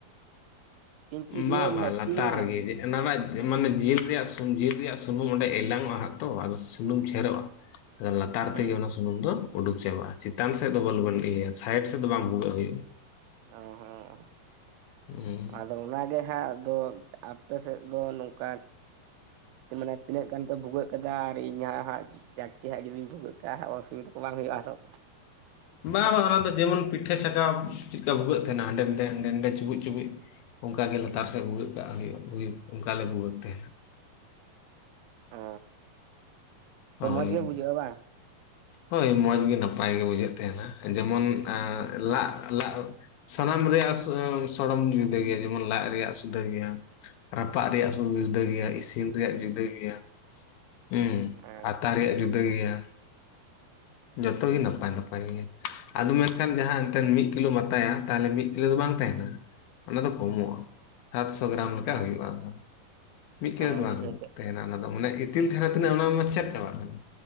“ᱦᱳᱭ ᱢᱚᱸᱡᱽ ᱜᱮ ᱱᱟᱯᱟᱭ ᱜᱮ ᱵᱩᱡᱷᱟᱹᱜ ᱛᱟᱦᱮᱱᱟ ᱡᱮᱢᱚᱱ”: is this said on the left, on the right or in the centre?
Left